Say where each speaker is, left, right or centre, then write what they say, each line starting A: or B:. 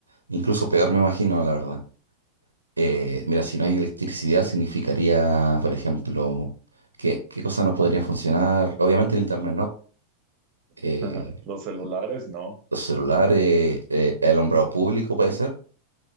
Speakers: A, on the right; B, on the right.
A: Incluso peor, me imagino, la verdad. Eh, mira, si no hay electricidad, significaría, por ejemplo, que, qué cosa
B: Ajá,
A: no podría funcionar. Obviamente el internet no. Eh,
B: <laughs> Los celulares, no.
A: los celulares, eh, el alumbrado público puede ser.